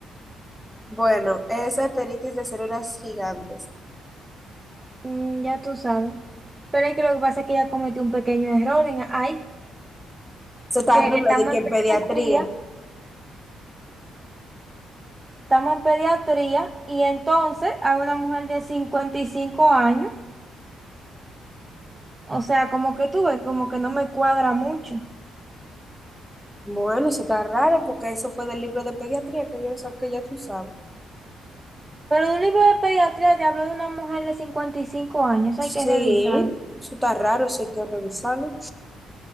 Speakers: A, in the centre; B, on the right.
A: Bueno, es arteritis de células gigantes.
B: Mm, ya tú sabes. Pero es que lo que pasa es que ella cometió un pequeño error en ahí,
A: Eso está
B: que
A: raro,
B: estamos
A: de que
B: en
A: en
B: pediatría
A: pediatría.
B: Estamos en pediatría y entonces hay una mujer de 55 años. O sea, como que tú ves, como que no me cuadra mucho.
A: Bueno, eso está raro porque eso fue del libro de pediatría que yo saqué, ya tú sabes.
B: Pero en un libro de pediatría te hablo de una mujer de 55 años, eso
A: Sí,
B: hay que revisar.
A: eso está raro, eso hay que revisarlo.